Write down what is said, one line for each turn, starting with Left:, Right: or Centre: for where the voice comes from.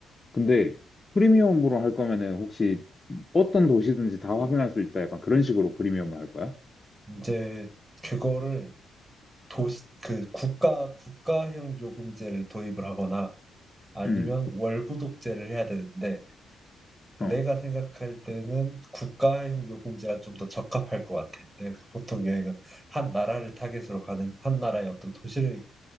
Left: 근데 프리미엄으로 할 거면은 혹시 어떤 도시든지 다 확인할 수 있다. 약간 그런 식으로 프리미엄을 할 거야?
Right: 이제 그거를 도시 그 국가 국가형 요금제를 도입을 하거나 아니면
Left: 음,
Right: 월구독제를 해야 되는데
Left: 어.
Right: 내가 생각할 때는 국가형 요금제가 좀 더 적합할 것 같아. 내가 보통 여행은 한 나라를 타겟으로 가는 한 나라의 어떤 도시를